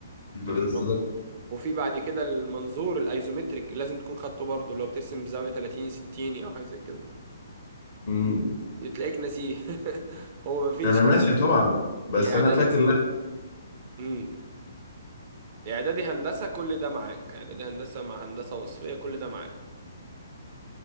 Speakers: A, on the left; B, on the right.
A: بالظبط
B: وتعمله وفي بعد كده المنظور الايزومتريك اللي لازم تكون خدته برضه اللي هو بترسم بزاوية 30 60 او حاجة زي كده
A: مم.
B: تلاقيك ناسيه <laughs> هو مفيش
A: انا ناسي
B: هو
A: طبعا بس
B: هي اعدادي
A: انا فاكر
B: امم اعدادي هندسة كل ده معاك اعدادي هندسة مع هندسة وصفية كل ده معاك